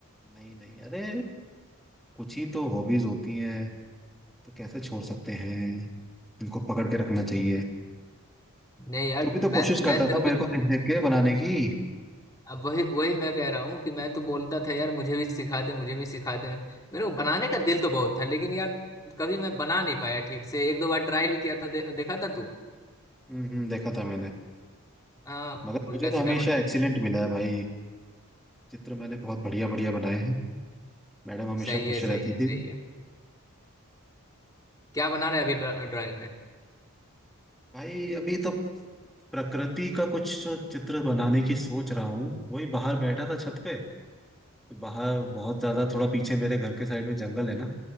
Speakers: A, in the centre; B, on the left.
A: नहीं नहीं अरे कुछ ही तो हॉबीज होती हैं तो कैसे छोड़ सकते हैं इनको पकड़ के रखना चाहिए
B: नहीं यार
A: तू भी तो कोशिश
B: मैं
A: करता
B: मैं तेरे
A: था मेरे
B: को
A: को देख देख के बनाने की
B: अब वही वही मैं कह रहा हूँ कि मैं तो बोलता था यार मुझे भी सिखा दे मुझे भी सिखा दे मेरे को बनाने का दिल तो बहुत था लेकिन यार कभी मैं बना नहीं पाया ठीक से एक दो बार ट्राई भी किया था दे, देखा था तू
A: हम्म हम्म, देखा था मैंने
B: हाँ
A: मगर
B: उल्टा
A: मुझे तो हमेशा
B: सीधा बना दिया
A: एक्सीलेंट मिला है भाई चित्र मैंने बहुत बढ़िया बढ़िया बनाए हैं मैडम हमेशा
B: सही
A: खुश
B: है
A: रहती
B: सही है
A: थी
B: सही है क्या बना रहा है अभी ड्रा- ड्राइंग में
A: भाई अभी तो प्रकृति का कुछ जो चित्र बनाने की सोच रहा हूँ वही बाहर बैठा था छत पे तो बाहर बहुत ज्यादा थोड़ा पीछे मेरे घर के साइड में जंगल है ना